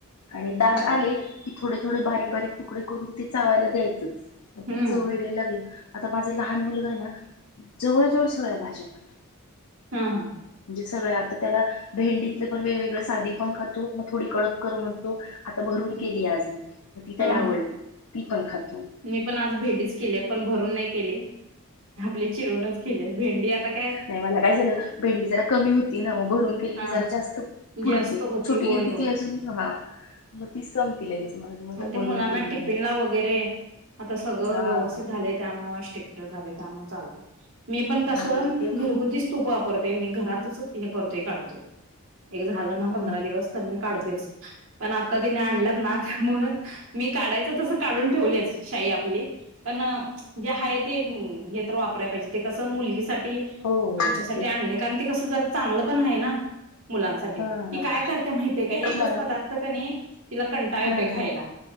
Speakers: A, on the left (about 85°); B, on the right (about 60°).
A: आणि दात
B: मग
A: आले की थोडे थोडे बारीक बारीक तुकडे करून ते चावायला द्यायचंच. मग
B: हम्म
A: ती चव वेगळी लागली. आता माझा लहान मुलगा आहे ना जवळ जवळ सगळ्या भाज्या खातो.
B: हा हा.
A: जे सगळ्या आता त्याला भेंडीतले पण वेगवेगळ साधी पण खातो मग थोडी कडक कर म्हणतो. आता भरून
B: हम्म
A: केलीय आज मी म ती त्याला
B: हा
A: आवडती
B: हा
A: ती पण खात.
B: मी पण आज भेंडीच केलीय पण भरून नाही केली. आपले चिरूनच केलेय भेंडी आता काय.
A: नाही मला काय झालं जरा कमी होती ना मग भरून केली
B: हा
A: की जरा जास्त पुरती
B: जास्त होती
A: छोटी
B: होय
A: केली की
B: होय
A: ती अजून हा. मग ती संपती लगेच म्हणून मग
B: आणि ते
A: भरून
B: मुलांना
A: केली
B: टिफिनला
A: मी आता.
B: वगैरे आता सगळं
A: हा
B: व्यवस्थित
A: हा
B: झालय त्यामुळे स्टेक्टर झालय त्यामुळे चालतय. मी पण कसं
A: हम्म ते
B: घरगुतीच तूप वापरते मी घरातच हे करतोय काढतोय. एक झालं
A: हम्म
B: ना पंधरा दिवस तर मी काढतेच. पण आता तिने आणल्यात ना त्यामुळे मी काढायचं तसं काढून ठेवलेच. शाई आपली पण जे हाय ते हम्म हे तर वापराय पाहिजे ते कसं मुलगीसाठी.
A: हो हो हो
B: आमच्यासाठी
A: तेच
B: आणलय
A: की
B: कारण ते कस जरा. चांगलं पण आहे ना मुलांसाठी
A: हा
B: ती
A: हा
B: काय
A: नाही
B: करत्या माहितीय काय एकच
A: मला
B: पदार्थ
A: पण
B: कणी. तिला कंटाळा येतोय
A: हा
B: खायला
A: हा